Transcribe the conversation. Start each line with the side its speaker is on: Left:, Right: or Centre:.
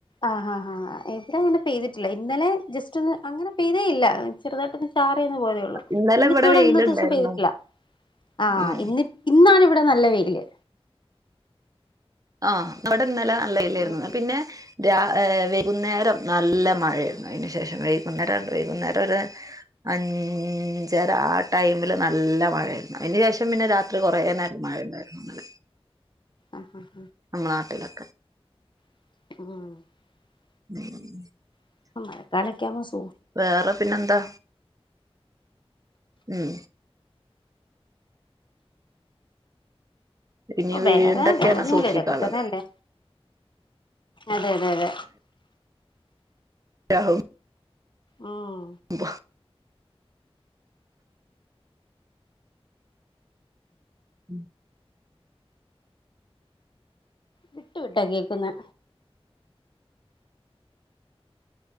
Left: ആാ ഹാ എവിടെ അങ്ങനെ പെയ്തിട്ടില്ല. ഇന്നലെ ജസ്റ്റ് ഒന്ന് അങ്ങനെ പെയതേ ഇല്ല ചെറുതായിടട്ടൊന്ന് ചാ പെയ്തു പോയതേയുള്ളൂ.
Right: ഇന്നലെ
Left: ഇന്നിപ്പോ ഇവിടെ
Right: വെയിലുണ്ടായിരുന്നു
Left: ഇന്ന ദിവസം പെയ്തിട്ടില്ല. ആ
Right: ഉം
Left: ഇന്നിപ് ഇന്നാണ് ഇവിടെ നല്ല വെയില്.
Right: ആഹ അവിടെ ഇന്നല നല്ല വെയിലായിരുന്നു.
Left: ഉം
Right: പിന്നെ രാ ഹെ വൈകുന്നേരം നല്ല മഴയായിരുന്നു. അതിനു ശേഷം വൈകുന്നേരം, വൈകുന്നേരം ഒരു അഞ്ചര ആ ടൈമില് നല്ല മഴായിരുന്നു. അതിനന് ശേഷം പിന്നെ രാത്രി കുറേ നേരം. മഴ ഉണ്ടായിരുന്ന ഇന്നലെ.
Left: ആഹ ഹഹ
Right: നമ്മള നാട്ടിലൊക്കെ.
Left: ആഹ
Right: <inaudible>
Left: ആ <unintelligible>
Right: വേറെ പിന്നെ എന്താ ഉം ഇനി
Left: ഓഹ്
Right: വീണ്ടൊക്കെയാണ്
Left: വേറെ വേറൊന്നുല്ല
Right: സൂക്ഷിക്കാനുള്ളത്.
Left: ഇതൊക്കെ തന്നെയല്ലേ അതെ അതെ അതെ.
Right: യാഹു
Left: ഉം
Right: വാ <inaudible>
Left: വിട്ടു വിട്ടാ കേക്കുന്നോ